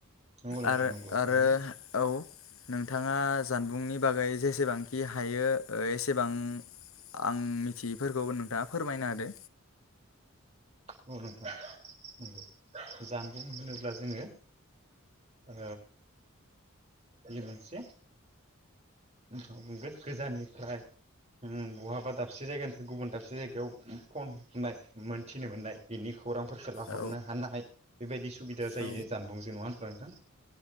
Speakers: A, on the right; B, on the left.
A: नंगौ नोंथां
B: आरो
A: नंगौ थारैनो
B: आरो औ नोंथाङा जानबुंनि बागै जेसेबांखि हायो एसेबां आं मिथियैफोरखौबो नोंथाङा फोरमायनो होदो
A: औ नोंथां नोंगौ जानबुं होनोब्ला जोङो ओ बि मोनसे नोंथां बुंगोन गोजाननिफ्राय ओम बहाबा दाबसे जायगानिफ्राय गुबुन दाबसे जायगायाव फन हरनाय मोनथि नोमोननाय बिनि खौरांफोरखौ लाहरनो
B: औ
A: हानाय बेबायदि सुबिदा जायो
B: औ
A: जानबुं जो नङा बा नोंथां